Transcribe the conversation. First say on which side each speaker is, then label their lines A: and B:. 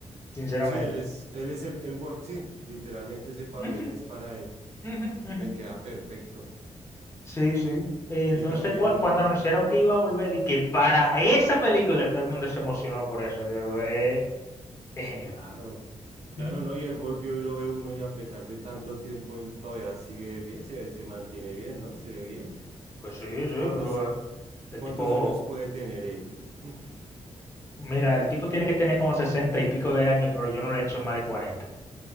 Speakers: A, on the left; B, on the right.
A: sinceramente.
B: Sí, él es, él es el, el Wolverine. sí, literalmente ese papel
A: Ujú,
B: es para él,
A: ujú, ujú.
B: le queda perfecto.
A: Sí, sí. Eh, entonces,
B: Y también,
A: cua- cuando anunciaron que iba a volver y que para esa película todo el mundo se emocionó por eso, yo, eh, es genial.
B: claro, claro,
A: Ujú.
B: ¿no? Y él volvió y lo ve uno y a pesar de tanto tiempo, él todavía sigue bien, se, ve- se mantiene bien, ¿no? Se ve bien.
A: Pues sí, sí, pero
B: ¿Cuántos,
A: eh, el
B: cuántos
A: tipo...
B: años puede tener él? <laughs>
A: Mira, el tipo tiene que tener como 60 y pico de años, pero yo no le he hecho más de cuarenta.